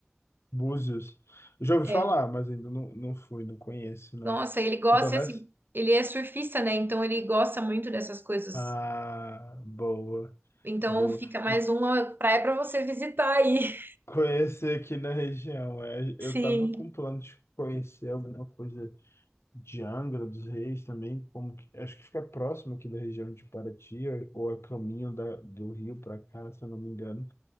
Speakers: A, on the left; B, on the right.
A: Búzios. Eu já ouvi
B: É.
A: falar, mas ainda não, não fui, não conheço, não.
B: Nossa, ele gosta,
A: Então, nessa.
B: e assim, ele é surfista, né? Então ele gosta muito dessas coisas
A: Ah, boa,
B: Então
A: boa.
B: fica mais
A: Eu
B: uma praia pra você visitar aí.
A: conheci aqui na região. É, eu
B: <laughs> Sim.
A: tava com plano de conhecer alguma coisa de Angra dos Reis também, como que, acho que fica próximo aqui da região de Paraty, ou é caminho da, do Rio para cá, se eu não me engano.